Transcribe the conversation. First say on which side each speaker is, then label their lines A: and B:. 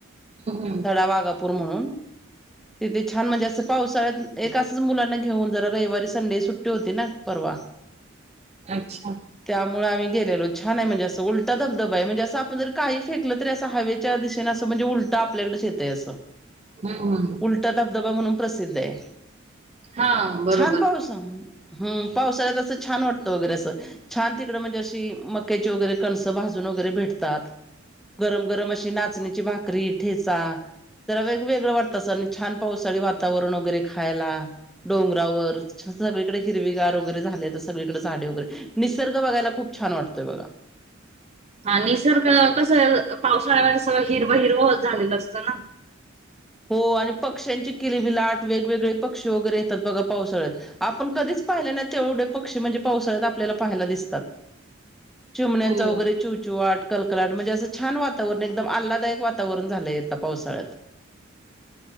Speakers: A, on the right (about 30°); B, in the centre.
A: हम्म,
B: सडा वागा् पूर म्हणून तिथे छान म्हणजे असं पावसाळ्यात एक असच मुलांना घेऊन जरा रविवारी संडे सुट्टी होती ना परवा.
A: अच्छा.
B: त्यामुळे आम्ही गेलेलो छान आहे म्हणजे असं उलट धबधबा आहे म्हणजे अस आपण जर काही फेकलं तरी अस हवेत च्या दिशेने असं म्हणजे उलट आपल्याकडे येत असं.
A: हम्म,
B: उलटा धबधबा म्हणून प्रसिद्ध आहे
A: हा बरोबर
B: छान पाऊस हम् पावसाळ्यात असं छान वाटतं वगैरे असं. छान तिकडं म्हणजे अशी मक्याची वगैरे कणसं भाजून वगैरे भेटतात. गरम गरम अशी नाचणीची भाकरी ठेचा जरा वेगवेगळं वाटत असं आणि छान पावसाळी वातावरण वगैरे खायला डोंगरावर सगळीकडे हिरवीगार वगैरे झाले तर सगळीकडे झाडे वगैरे निसर्ग बघायला खूप छान वाटतोय बघा.
A: निसर्ग कस पावसाळ्यामध्ये सगळं हिरवं हिरवं झालेलं असतं ना.
B: हो आणि पक्ष्यांची किलबिलाट वेगवेगळे पक्षी वगैरे येतात बघा पावसाळ्यात. आपण कधीच पाहिले नाही तेवढे पक्षी म्हणजे पावसाळ्यात आपल्याला पाहायला दिसतात. चिमण्यांचा
A: हो
B: वगैरे चिवचिवाट कलकलाट म्हणजे असं छान वातावरण एकदम आल्लादायक वातावरण झालंय आता पावसाळ्यात.